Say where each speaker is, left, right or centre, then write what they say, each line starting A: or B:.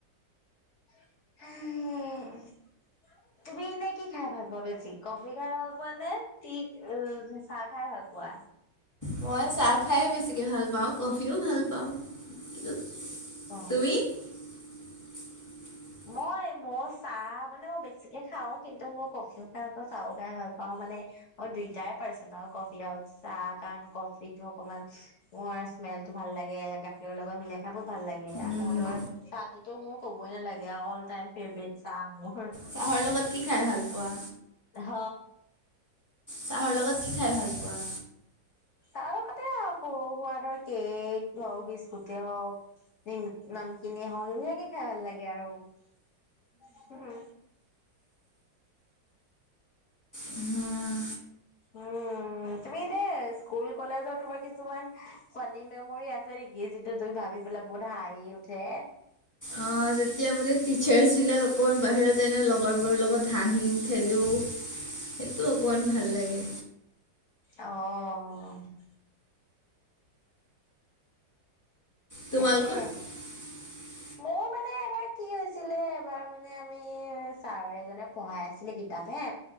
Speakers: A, on the left (about 45°); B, on the left (about 20°).
A: <unintelligible> তুমি এনেই কি খাই ভাল পোৱা বেছি কফি খাই ভাল পোৱা নে টি উম চাহ খাই ভাল পোৱা?
B: মই চাহ- খাই বেছিকে ভাল পাওঁ কফিও ভাল পাওঁ কিন্তু
A: অ'।
B: তুমি- <unintelligible>
A: মই মোৰ চাহ মানে মই বেছিকে খাওঁ কিন্তু মই কফিও খাই ভাল পাওঁ চাহও খাই ভাল পাওঁ মানে। অ দুইটাই পাইছে বাৰু কফি আও চাহ কাৰণ কফি টো অকমান- মোৰ স্মেলতো ভাল লাগে গাখীৰ লগত মিলাই খাই বহত ভাল লাগে
B: উম।
A: আকৌ ধৰ চাহটোতো মোৰ ক'বই নালাগে অল টাইম ফেভাৰেট চাহ মোৰ
B: চাহৰ লগত কি খাই ভাল পোৱা
A: হ।
B: চাহৰ লগত কি খাই ভাল পোৱা?
A: তাৰ লগতে আৰু সৰু সুৰা ধৰ কেক হওক বিস্কুটে হওক, নামকিনে হওক এইবিলাকে খাই ভাল লাগে আৰু।
B: হোম।
A: উম তুমি এনেই স্কুল কলেজৰ তোমাৰ কিছুমান ফানী মেমৰি আছে নেকি যিটো তুমি ভাবি পেলাই বহুত হাঁহি উঠে?
B: অঁ যেতিয়া মানে টিচাৰ্ছ বিলাক অকমান বাহিৰত যায় ন লগৰবোৰৰ লগত হাঁহো খেলো সেইটো অকণমান ভাল লাগে।
A: অঁহহ।
B: তোমালোকৰ
A: তাকে।
B: <inaudible>
A: মোৰ মানে এবাৰ কি হৈছিলে এবাৰ মানে আমি ছাৰ এজনে পঢ়াই আছিলে কিতাপহে